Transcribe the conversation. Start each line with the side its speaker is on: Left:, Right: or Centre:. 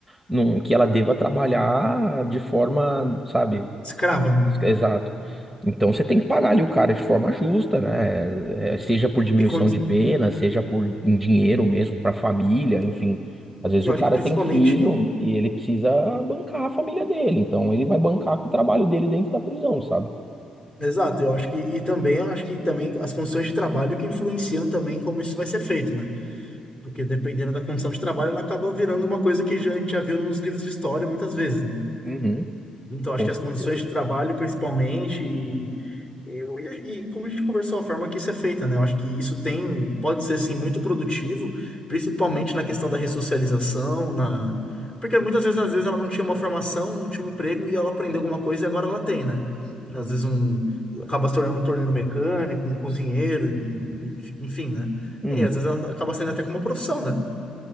Centre: não, que ela deva trabalhar de forma, sabe?
Left: Escrava, né?
Centre: Exato. Então você tem que pagar ali o cara de forma justa, né? É, seja por diminuição
Left: E quando,
Centre: de pena, seja por em dinheiro mesmo para a família, enfim. Às vezes
Left: e eu
Centre: o
Left: acho
Centre: cara
Left: que principalmente,
Centre: tem filho e ele precisa bancar a família dele, então ele vai bancar com o trabalho dele dentro da prisão, sabe?
Left: exato, eu acho que e também eu acho que também as condições de trabalho que influenciam também como isso vai ser feito, né? Porque dependendo da condição de trabalho, ela acaba virando uma coisa que já, a gente já viu nos livros de história muitas vezes, né?
Centre: Uhum,
Left: Então,
Centre: com
Left: acho que as
Centre: certeza.
Left: condições de trabalho, principalmente, e, eu- e- e como a gente conversou, a forma que isso é feita, né? Eu acho que isso tem, pode ser, sim, muito produtivo, principalmente na questão da ressocialização, na... Porque muitas vezes, às vezes, ela não tinha uma formação, não tinha um emprego, e ela aprendeu alguma coisa e agora ela tem, né? Às vezes, um... acaba se tornando um torneiro mecânico, um cozinheiro, enfim, né?
Centre: Uhum.
Left: E às vezes ela acaba sendo até como uma profissão, né?